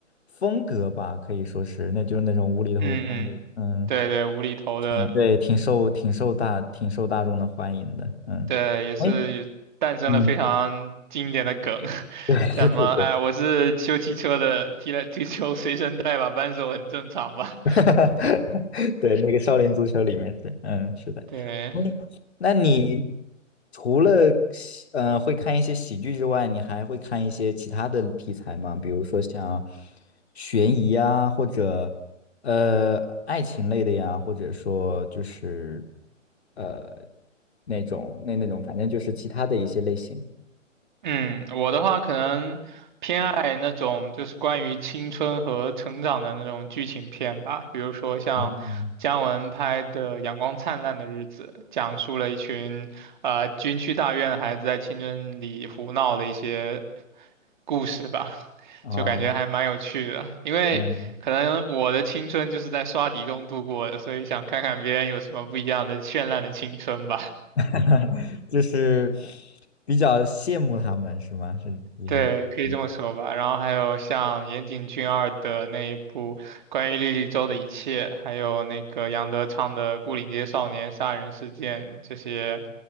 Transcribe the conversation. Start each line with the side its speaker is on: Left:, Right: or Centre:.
Left: 风格吧，可以说是，那就是那种无厘头的风格，
Right: 嗯嗯，
Left: 嗯，
Right: 对对，无厘头的，
Left: 挺对，挺受挺受大挺受大众的欢迎的，嗯，
Right: 对，也是诞生了非常经典的梗，
Left: 哎，嗯，
Right: <laughs>
Left: <laughs> 对对对对，
Right: 像什么哎，我是修汽车的，踢了踢球随身带把扳手很正常吧。
Left: <laughs> 哈哈，对，那个少林足球里面是，嗯，是的。
Right: 对，
Left: 嗯那你除了喜呃会看一些喜剧之外，你还会看一些其他的题材吗？比如说像悬疑啊，或者呃爱情类的呀，或者说就是呃那种那那种，反正就是其他的一些类型。
Right: 嗯，我的话可能偏爱那种就是关于青春和成长的那种剧情片吧，比如说像姜文拍的《阳光灿烂的日子》，
Left: 哦，
Right: 讲述了一群呃军区大院的孩子在青春里胡闹的一些故事吧，<laughs>
Left: 哦，
Right: 就感觉还蛮有趣的。因为可能我的青春就是在刷题中度过的，
Left: 嗯。
Right: 所以想看看别人有什么不一样的绚烂的青春吧。
Left: <laughs> 就是比较羡慕他们是吗？是就是，
Right: 对，可以这么说吧。
Left: 嗯
Right: 然后还有像岩井俊二的那一部关于莉莉周的一切，还有那个杨德昌的《牯岭街少年杀人事件》，这些，